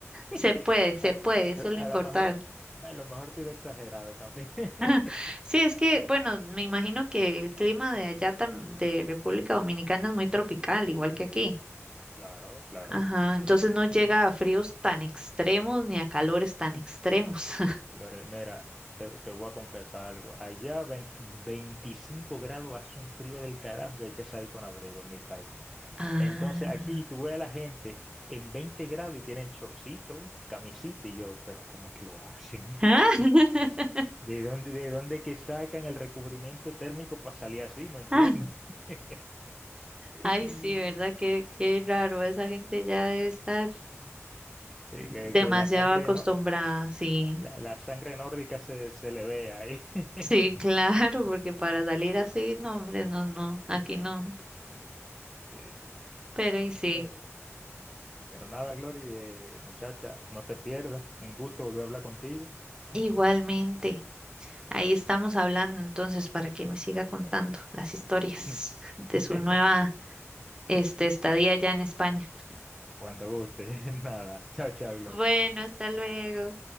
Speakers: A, on the right; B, in the centre.
A: se
B: <laughs>
A: puede, se
B: a,
A: puede, eso
B: a
A: es lo importante.
B: lo mejor, a lo mejor te he exagerado también. <laughs>
A: <laughs> Sí, es que, bueno, me imagino que el clima de allá, tam- de República Dominicana, es muy tropical, igual que aquí.
B: Claro, claro.
A: Ajá, entonces no llega
B: Este,
A: a fríos tan extremos ni a calores tan extremos. <laughs>
B: Lore, mira, te, te voy a confesar algo. Allá vein- 25 grados hace un frío del carajo que hay que salir con abrigo en mi país.
A: Ah.
B: Entonces aquí tú ves a la gente en 20 grados y tienen shortcito, camisita y yo, pero ¿cómo es que lo hacen? <laughs>
A: Ah, <laughs>
B: ¿De dónde, de dónde que sacan el recubrimiento térmico para salir así? No entiendo.
A: Ah.
B: <laughs> <laughs>
A: Ay, sí, ¿verdad? Qué, qué raro, esa gente ya debe estar
B: Sí,
A: demasiado
B: que, que la sangre
A: acostumbrada,
B: no,
A: sí.
B: la, la- sangre nórdica se, se le ve ahí.
A: Sí,
B: <laughs>
A: claro, porque para salir así, no, hombre, no, no, aquí no.
B: Sí, sí.
A: Pero y sí,
B: Eh, pero nada, Glory, eh, muchacha, no te pierdas. Un gusto volver a hablar contigo.
A: igualmente. Ahí estamos hablando entonces para que me siga contando las historias
B: <laughs>
A: de su nueva, este, estadía allá en España.
B: Cuando guste, <laughs> nada. Chao, chao, Glory.
A: Bueno, hasta luego.